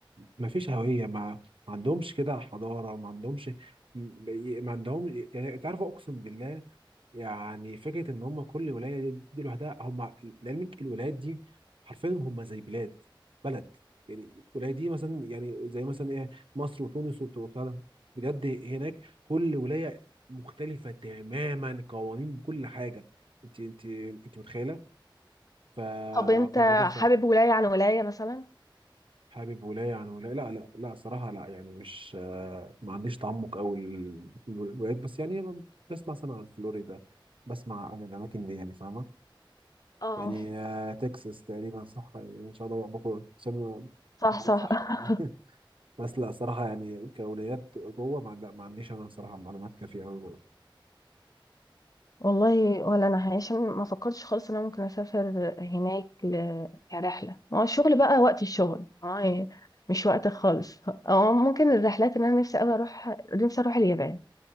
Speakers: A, on the right (about 80°); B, on the left (about 45°).
A: مفيش هوية ما ما عندهمش كده حضارة ما عندهمش م- ما عندهم يعني انت عارف اقسم بالله يعني فكره ان هم كل ولايه دي دي لوحدها هم لعلمك الولايات دي حرفيا هم زي بلاد بلد يعني الولايه دي مثلا يعني زي مثلا ايه مصر وتونس وبت- وبتاع ده بجد هناك كل ولايه مختلفه تماما قوانين كل حاجه انت انت انت متخيله ف...
B: <laughs> طب انت
A: فالموضوع صعب
B: حابب ولاية عن ولاية مثلا
A: حابب ولايه عن ولايه لا لا لا صراحه لا يعني مش آه، ما عنديش تعمق قوي الولايات بس يعني بسمع مثلا عن فلوريدا بسمع عن الاماكن دي يعني فاهمه
B: اه
A: يعني آه، تكساس تقريبا صح يعني ان شاء الله بكون عشان
B: صح
A: بقول
B: صح
A: صح يعني
B: <laughs>
A: <laughs> بس لا صراحه يعني كأولويات جوه ما لا ما عنديش انا صراحه معلومات كافيه قوي
B: والله ولا انا عشان ما فكرتش خالص ان انا ممكن اسافر هناك ل... كرحله ما هو الشغل بقى وقت الشغل هاي مش وقت خالص اه ممكن الرحلات ان انا نفسي قوي اروح نفسي اروح اليابان